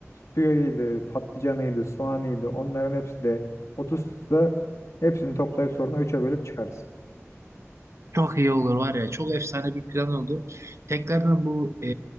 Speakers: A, on the left (about 75°); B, on the right (about 65°).
A: Suyuydu, patlıcanıydı, soğanıydı. Onların hepsi de 30 tutsa hepsini toplayıp sonra üç'e bölüp çıkarız.
B: Çok iyi olur var ya. Çok efsane bir plan oldu. Tekrardan bu e,